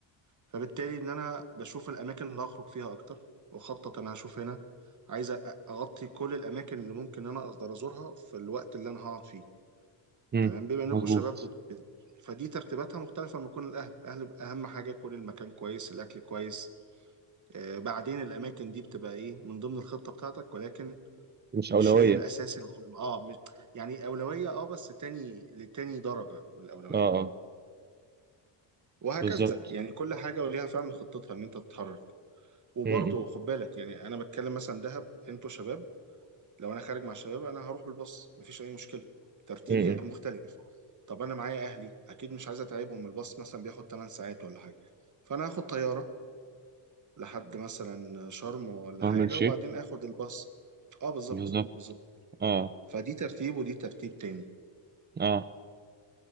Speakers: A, on the right (about 35°); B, on the right (about 20°).
A: فبالتالي ان انا بشوف الاماكن اللي هخرج فيها اكتر واخطط انا هشوف هنا عايز أ- اغطي كل الاماكن اللي ممكن ان انا اقدر ازورها في الوقت اللي انا هقعد فيه
B: مم.
A: تمام بما انكم
B: مظبوط
A: تمام شباب بت... بت... فدي ترتيباتها مختلفه لما يكون الاهل الاهل بيبقى اهم حاجه يكون المكان كويس الاكل كويس آه بعدين الاماكن دي بتبقى ايه من ضمن الخطه بتاعتك ولكن
B: مش
A: مش
B: أولوية
A: هي الاساس اللي في الم- اه مش يعني اولويه اه بس تاني لتاني درجه من الاولويات
B: اه
A: وهكذا
B: بالظبط
A: يعني كل حاجه وليها فعلا خطتها ان انت تتحرك وبرضه
B: م- م-
A: خد بالك يعني انا بتكلم مثلا دهب انتوا شباب لو انا خارج مع شباب انا هروح بالباص مفيش اي مشكله ترتيبي
B: م- م.
A: مختلف طب انا معايا اهلي اكيد مش عايز اتعبهم الباص مثلا بياخد 8 ساعات ولا حاجه فانا هاخد طياره لحد مثلا شرم ولا
B: فاهم
A: حاجه
B: الشيء
A: وبعدين اخد الباص اه بالظبط
B: بالظبط
A: بالظبط
B: اه
A: فدي ترتيب ودي ترتيب تاني
B: اه